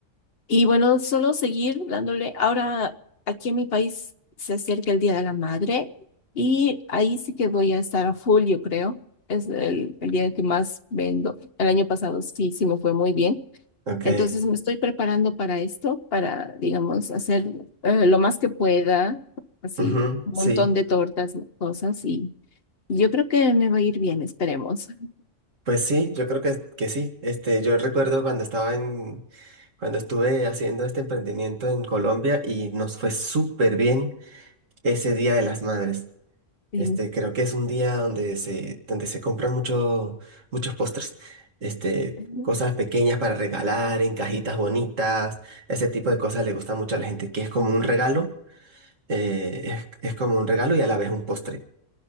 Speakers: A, on the left; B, on the right.
A: Y bueno, solo seguir dándole. Ahora, aquí en mi país se acerca el Día de la Madre y ahí sí que voy a estar a full, yo creo. Es el, el día que más vendo. El año pasado sí, sí me fue muy bien.
B: Ok,
A: Entonces me estoy preparando para esto, para, digamos, hacer eh, lo más que pueda, así
B: ujú,
A: un
B: sí.
A: montón de tortas, cosas, y yo creo que me va a ir bien, esperemos.
B: Pues sí, yo creo que, que sí. Este, yo recuerdo cuando estaba en, cuando estuve haciendo este emprendimiento en Colombia y nos fue súper bien ese Día de las Madres.
A: Sí.
B: Este, creo que es un día donde se, donde se compran mucho, muchos postres. Este,
A: Ujú.
B: cosas pequeñas para regalar, en cajitas bonitas. Ese tipo de cosas le gusta mucho a la gente, que es como un regalo, eh, es, es como un regalo y a la vez un postre.